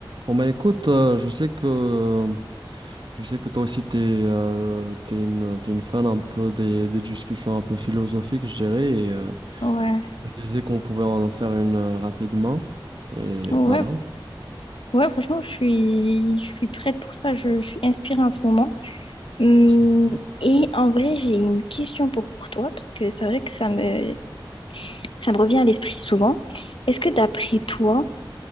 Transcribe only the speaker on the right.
Bon bah écoute, euh, je sais que je sais que toi aussi t'es euh, t'es une t'es une fan un peu des, des discussions un peu philosophiques, je dirais, et euh,
je me disais qu'on pouvait en faire une euh, rapidement. Et
voilà.
C'est cool.